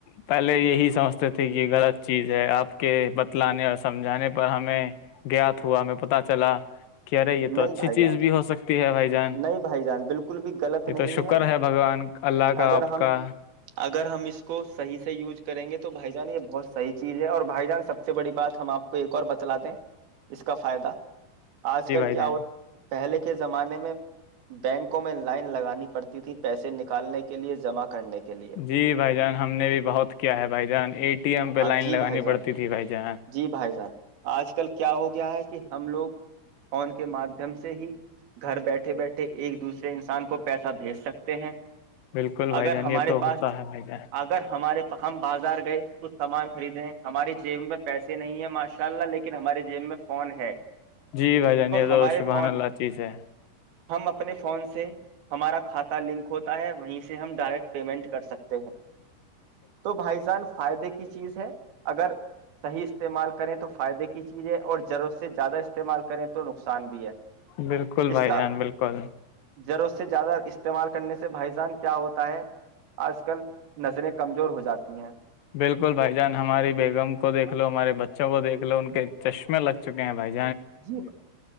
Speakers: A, on the left (about 70°); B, on the right (about 70°).
A: پہلے یہی سمجھ یہ غلط چیز ہے آپ کے بتلانے اور سمجھانے پر ہمیں جات ہوا ہمیں پت چلا کہہ رہے یہ تو
B: نہیں
A: اچھی
B: بھائی جان
A: چیز بھی ہو سکتی ہے بھائی جان
B: نہیں بھائی جان بالکل بھی غلط
A: یہ
B: نہیں
A: تو شکر
B: ہے
A: بھگوان اللہ کا
B: اگر
A: آپ
B: ہم
A: کا
B: اگر ہم اس کو صحیح سے یوز کریں گے تو بھائی جان یہ ب بہت صحیح چیز ہے اور بھائی جان سب سے بڑی بات ہم آپ کو ایک اور بتلا دیں اس کا فائدہ آج کل
A: جیں
B: کیا ہو پہلے کے زمانے میں بینکوں میں لائن لگانی پڑتی تھی پیسے نکالنے کے لیے جمع کرنے کے لیے
A: جی بھائی جان ہم نے بھی بہت کیا ہے بھائی جان اٹی ایم پہ
B: ہاں
A: لائن
B: جی
A: لگانی
B: بھائی جان
A: پڑتی تھی بھائی جان
B: جی بھائی سان آج کل کیا ہو گیا ہے کہ ہم لوگ فون کے مادھیم سے ہی گھر بیٹھے بیٹھے ایک دوسرے انسان کو پیسہ بھیج سکتے ہیں
A: بالکل بھائی
B: اگر
A: جان
B: ہمارے
A: یہ تو
B: پاس
A: ہوتا ہے بھائی جان
B: اگر ہمارےا ہم بازار گئے کچھ سامان خریدیں ہماری جیب میں نہیں ہے ماشاء اللہ لیکن ہمارے جیب میں فون ہے
A: جی بھائی جان یہ تو
B: ہمارے
A: شبحان
B: فون
A: اللہ چیز ہے
B: ہم اپنے فون سے ہمارا کھاتا لنک ہوتا ہے وہیں سے ہم ڈائریکٹ پیمنٹ کر سکتے ہیں تو بھائی جان فائدے کی چیز ہے اگر صحی استعمال کریں تو فائدے کے چیزیں اور ضرورت سے زیادہ استعمال کریں تو نقصان بھی ہے
A: بالکل بھائی
B: اس کا
A: جان بالکل
B: جروں سے زیادہ استعمال کرنے سے بھائی جان کیا ہوتا ہے آج کل نظریں کمزور ہو جاتی ہیں
A: بالکل بھائی جان ہماری ب م کویکھ لو ہمارے بچوں کو دیک لو ان کے چشمے لگ چک ہیں بائی
B: جی